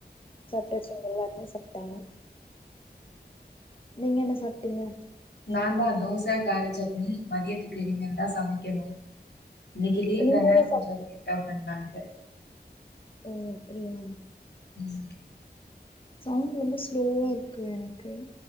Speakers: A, on the left (about 30°); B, on the left (about 85°).
A: சாப்ட்டாச்சு இங்க எல்லாருமே சாப் தனு நீங்க என்ன சாப்ட்டீங்க?
B: நாந்தா தோச கார சட்னி மதியத்துக்கு இனிமேல்தா சமைக்கணு இன்னிக்கி லீவ்
A: இனிமேல்தா
B: தான கொஞ்சோ
A: சாப்
B: லேட்டா பண்ணலான்ட்டு
A: ஓ அப்டியா
B: ம்
A: சவுண்ட் ரொம்ப ஸ்லோவா இருக்கு எனக்கு